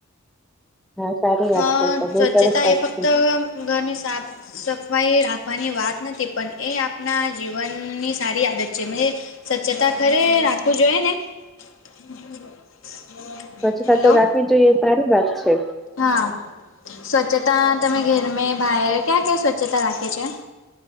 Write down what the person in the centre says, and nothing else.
હા સારી વાત
છે તો બહુ
સરસ વાત
છે
સ્વચ્છતા
તો રાખવી જોઈએ, એ સારી વાત છે.